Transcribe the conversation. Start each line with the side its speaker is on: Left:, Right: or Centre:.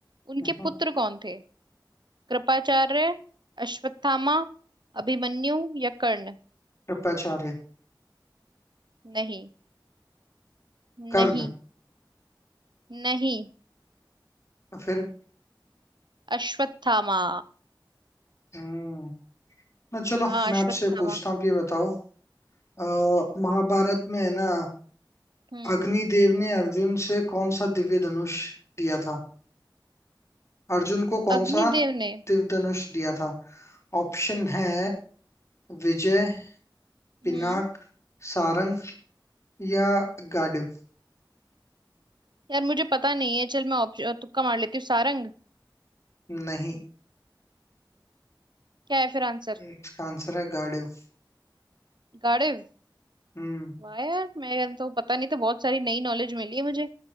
Right: उनके
Left: हम्म,
Right: पुत्र कौन थे कृपाचार्य अश्वत्थामा अभिमन्यु या कर्ण
Left: कृपाचार्य
Right: नहीं
Left: कर्ण
Right: नहीं नहीं
Left: फिर
Right: अश्वत्थामा
Left: हम्म ना चलो
Right: हाँ अश्वत्थामा
Left: मैं आपसे पूछता हूँ आप ये बताओ अ, महाभारत में है ना
Right: हम्म
Left: अग्निदेव ने अर्जुन से कौन सा दिव्य धनुष दिया था अर्जुन को कौन
Right: अग्निदेव
Left: सा
Right: ने
Left: दिव्य धनुष दिया था ऑप्शन है विजय पिनाक
Right: हम्म
Left: सारंग या गांडीव
Right: यार मुझे पता नहीं है चल मैं ऑप्शन तुक्का मार लेती हूँ सारंग
Left: नहीं
Right: क्या है फिर आंसर
Left: इसका आंसर है गांडीव
Right: गाड़िव
Left: हम्म
Right: वाह यार मैं तो पता नहीं था बहुत सारी नई नॉलेज मिली है मुझे